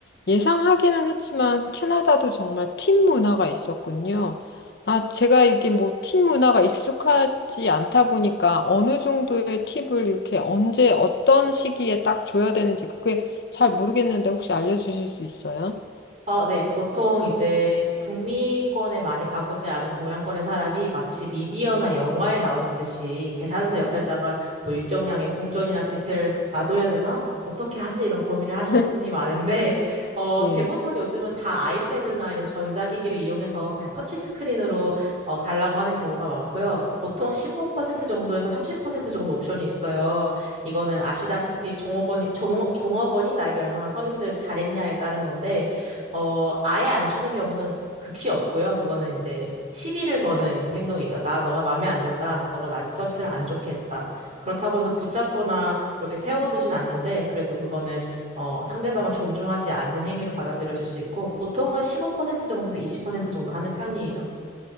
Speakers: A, on the left; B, on the right.
A: 예상하기는 했지만 캐나다도 정말 팀 문화가 있었군요. 아, 제가 이게 뭐 팀 문화가 익숙하지 않다 보니까 어느 정도의 팁을 이렇게 언제 어떤 시기에 딱 줘야 되는지 그게 잘 모르겠는데 혹시 알려주실 수 있어요?
B: 어, 네. 보통 이제 북미권에 많이 가보지 않은 동양권의 사람이 마치 미디어나 영화에 나오는 듯이 계산서 옆에다가 뭐 일정량의 동전이나 지폐를 놔둬야 되나? 어떻게 하지? 이런 고민을 하시는
A: <laughs>
B: 분이 많은데, 어,
A: 네.
B: 대부분 요즘은 다 아이패드나 이런 전자기기를 이용해서 그냥 터치스크린으로 어, 달라고 하는 경우가 많고요. 보통 15% 정도에서 30% 정도 옵션이 있어요. 이거는 아시다시피 종업원이, 종- 종업원이 나에게 얼마나 서비스를 잘했냐에 따른 건데, 어, 아예 안 주는 경우는 극히 없고요. 그거는 이제 시비를 거는 행동이죠. 나, 너가 마음에 안 든다. 너가 나한테 서비스를 안 좋게 했다. 그렇다고 해서 붙잡거나 이렇게 세워두진 않는데, 그래도 그거는, 어, 상대방을 존중하지 않는 행위로 받아들여질 수 있고, 보통은 15% 정도에서 20% 정도 하는 편이에요.